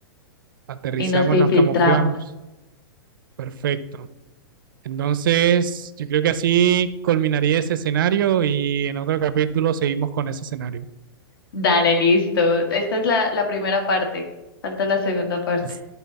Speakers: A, on the right; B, on the left.
A: Aterrizamos,
B: y nos infiltramos.
A: nos camuflamos. Perfecto. Entonces, yo creo que así culminaría ese escenario y en otro capítulo seguimos con ese escenario.
B: Dale, listo. Esta es la, la primera parte. Falta la segunda parte
A: <laughs>